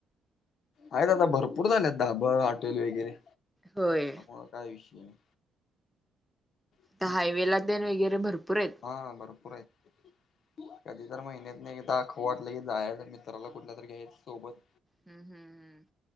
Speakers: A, on the left; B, in the centre.
A: आहेत आता भरपूर झालेत धाबं, हॉटेल वगैरे
B: होय.
A: मग काय विषय नाही. <inaudible>
B: तर हायवे <unintelligible> वगैरे भरपूर आहेत.
A: हा भरपूर आहे. <inaudible> कधी तर महिन्यात नाही एकदा वाटलं की जायचं. मित्राला कुठलं तरी घ्यायच सोबत.
B: हम्म हम्म हम्